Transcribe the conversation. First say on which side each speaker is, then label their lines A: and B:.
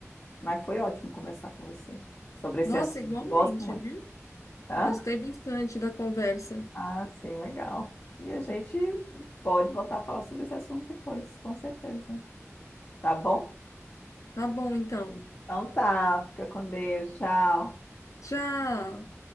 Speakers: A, on the left; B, on the left.
A: Mas foi ótimo conversar com você sobre esse
B: nossa,
A: assunto.
B: igualmente,
A: Eu gosto muito.
B: viu?
A: Hã?
B: Gostei bastante da conversa.
A: Ah, sim, legal. E a gente pode voltar a falar sobre esse assunto depois, com certeza. Tá bom?
B: Tá bom, então.
A: Então tá, fica com Deus, tchau.
B: Tchau.